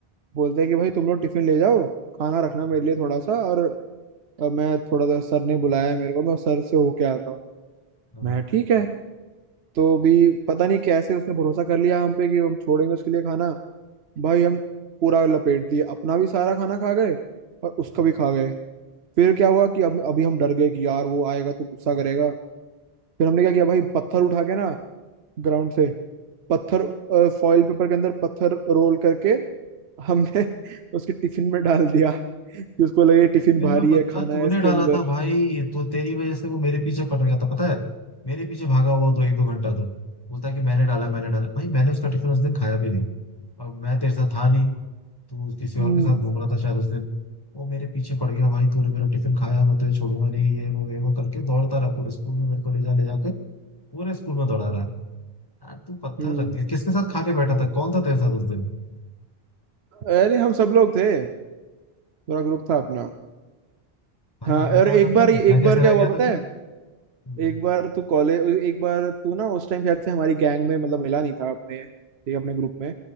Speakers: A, on the right (about 85°); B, on the left (about 25°).
A: बोलते हैं कि भाई तुम लोग टिफिन ले जाओ खाना रखना
B: हाँ,
A: मेरे लिए थोड़ा सा और अ, मैं थोड़ा सा सर ने बुलाया है मेरे को मैं सर से होके आता हूँ
B: हाँ।
A: मैं ठीक है तो भी पता नहीं कैसे उसने भरोसा कर लिया हम पे कि हम छोड़ेंगे उसके लिए खाना भाई हम पूरा लपेट दिए अपना भी सारा खाना खा गए और उसका
B: हाँ।
A: भी खा गए फिर क्या हुआ कि अब अभी हम डर गए कि यार वो आएगा तो गुस्सा करेगा फिर हमने क्या किया भाई पत्थर उठा के ना ग्राउंड से पत्थर फॉइल पेपर के अंदर पत्थर रोल करके हमने उसके टिफिन में डाल दिया कि उसको लगे टिफिन
B: टिफिन
A: भारी
B: में पत्थर
A: है खाना
B: तूने
A: है इसके
B: डाला
A: अंदर
B: था भाई तो तेरी वजह से वो मेरे पीछे पड़ गया था पता है मेरे पीछे भागा हुआ तो एक दो घंटा तो बोलता है कि मैंने डाला मैंने डाला भाई मैंने उसका टिफिन उस दिन खाया भी नहीं और मैं तेरे साथ था नहीं तू किसी और
A: हम्म
B: के साथ घूम रहा था शायद उस दिन वो मेरे पीछे पड़ गया भाई तूने मेरा टिफिन खाया मैं तुझे छोड़ूंगा नहीं ये वो ये वो करके दौड़ता रहा पूरे स्कूल में मेरे को ले जा ले जाके पूरे स्कूल में दौड़ा रहा यार तू पत्थर
A: हम्म
B: रख दिया किसके साथ खा के बैठा था कौन था तेरे साथ उस दिन
A: अरे हम सब लोग थे पूरा ग्रुप था अपना
B: भाई
A: हाँ
B: मैं
A: और
B: कहाँ
A: एक
B: था
A: बार
B: फिर
A: एक
B: मैं कैसे
A: बार क्या
B: रह
A: हुआ
B: गया था
A: पता
B: फिर
A: है
B: हम्म,
A: एक बार तू कॉलेज एक बार तू ना उस टाइम शायद से हमारी गैंग में मतलब मिला नहीं था अपने ठीक है, अपने ग्रुप में